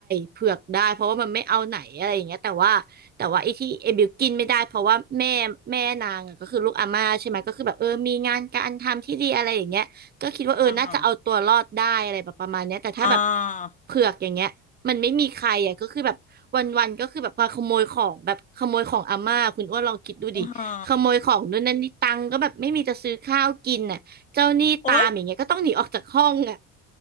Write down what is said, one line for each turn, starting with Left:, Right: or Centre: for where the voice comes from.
Right: เผือกได้เพราะว่ามันไม่เอาไหนอะไรอย่างเงี้ยแต่ว่าแต่ว่าไอ้ที่เอบิวกินไม่ได้เพราะว่าแม่แม่นางอะก็คือลูกอาม่าใช่ไหมก็คือแบบเออมีงานการทำที่ดีอะไรอย่างเงี้ยก็คิดว่าเออน่าจะเอาตัวรอดได้อะไรแบบประมาณเนี้ยแต่ถ้าแบบ
Left: อ่าฮะอ่า
Right: เผือกอย่างเงี้ยมันไม่มีใครอ่ะก็คือแบบวันๆก็คือแบบมาขโมยของแบบขโมยของอาม่าคุณอ้วนลองคิดดูดิขโมยของนู่นนั่นนี่ตังค์ก็แบบไม่มีจะซื้อข้าวกินน่ะเจ้าหนี้ตามอย่างเงี้ยก็ต้องหนีออกจากห้องอ่ะ
Left: อือฮะโอ๊ย